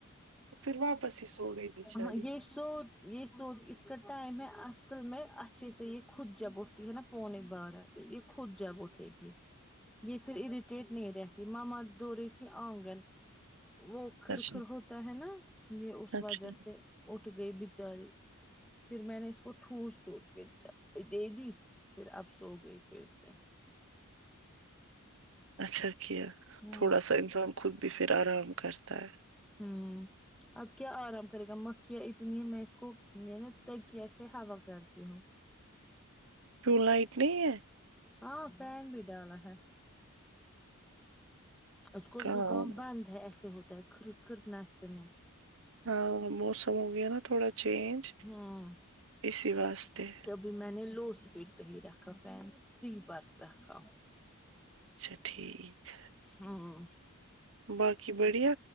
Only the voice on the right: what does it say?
پھر واپس ہی سو گئی بیچاری
اچھا
اچھا
اچھا کیا
تھوڑا سا انسان خود بھی پھر آرام کرتا ہے
کیوں لائٹ نہیں ہے
کہاں
ہاں موسم ہو گیا نا تھوڑا چینج
اسی واسطے
اچھا ٹھیک
باقی بڑھیا